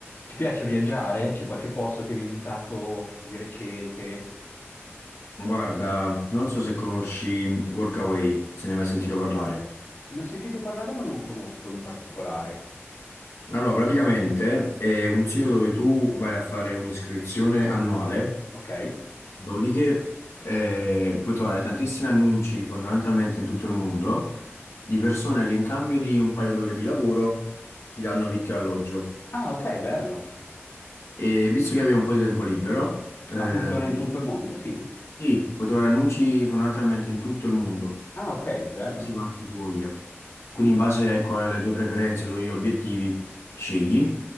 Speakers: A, on the left; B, on the left.
A: Ti piace viaggiare? C'è qualche posto che hai visitato di recente?
B: Guarda, non so se conosci Workaway, se ne hai mai sentito parlare.
A: Ne ho sentito parlare, ma non conosco in particolare.
B: Allora, praticamente è un sito dove tu vai a fare un'iscrizione annuale,
A: Ok?
B: dopodiché eh, puoi trovare tantissimi annunci fondamentalmente in tutto il mondo di persone che in cambio di un paio d'ore di lavoro ti danno vitto e alloggio.
A: Ah, ok, bello.
B: E visto che avevi un po' di tempo libero, eh,
A: Ma Eh, funziona in tutto il mondo? Sì.
B: sì, puoi trovare annunci fondamentalmente in tutto il mondo.
A: Ah, ok, bello.
B: si parte tu voglia. Quindi in base, ecco, alle tue preferenze, ai tuoi obiettivi, scegli.